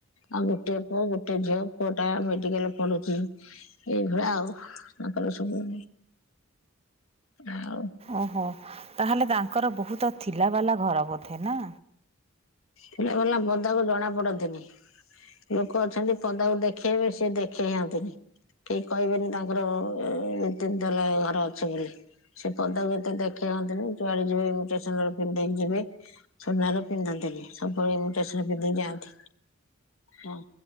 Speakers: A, on the left; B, on the right.
A: ଆଉ ଗୋଟିଏ ପୁଅ, ଗୋଟେ ଝିଅ, ପୁଅ ଟା ମେଡିକାଲ ପଢୁଛି। ଏଇଭଳିଆ ଆଉ, ତାଙ୍କର ସବୁ, ଆଉ
B: ଓହୋ, ତାହେଲେ ତାଙ୍କର ବହୁତ ଥିଲା ବାଲା ଘର ବୋଧେ ନା?
A: ଥିଲା ଵାଲା ପଦାକୁ ଜଣା ପଡନ୍ତିନି। ଲୋକ ଅଛନ୍ତି ପଦାକୁ ଦେଖେଇହେବେ, ସେ ଦେଖେଇ ହଅନ୍ତିନି। କେହି କହିବେନି ତାଙ୍କର ଅ, ଏ ତିନ ତାଲା ଘର ଅଛି ବୋଲି। ସେ ପଦାକୁ ଏତେ ଦେଖେଇ ହଅନ୍ତିନି, ଯୁଆଡେ ଯିବେ ଇମିଟେସନର ପିନ୍ଧି ଦେଇକି ଯିବେ, ସୁନା ର ପିନ୍ଧନ୍ତିନି, ସବୁବେଳେ ଇମିଟେସନ ପିନ୍ଧି ଯାନ୍ତି, ହଁ।